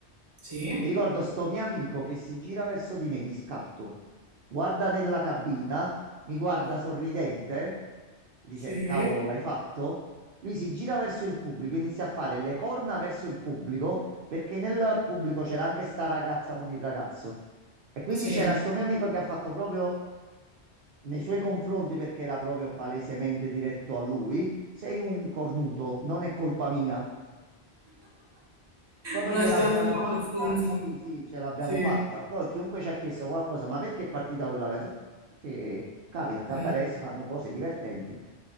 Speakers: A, on the right; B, on the right.
A: Sì,
B: Mi ricordo sto mio amico che si gira verso di me di scatto, guarda nella cabina, mi guarda sorridente, dice:
A: sì,
B: Cavolo, l'hai fatto? Lui si gira verso il pubblico, inizia a fare le corna verso il pubblico, perché nel pubblico c'era anche sta ragazza con il ragazzo. E quindi
A: sì.
B: c'era sto mio amico che ha fatto proprio nei suoi confronti, perché era proprio palesemente diretto a lui: Sei un cornuto, non è colpa mia. Proprio
A: Una
B: gliel'abbiamo
A: situazione
B: fatta,
A: abbastanza,
B: sì, sì, ce l'abbiamo
A: sì,
B: fatta. Poi chiunque ci ha chiesto qualcosa, ma perché è partita quella canzone? Perché capita, a cabaret
A: eh,
B: si fanno cose divertenti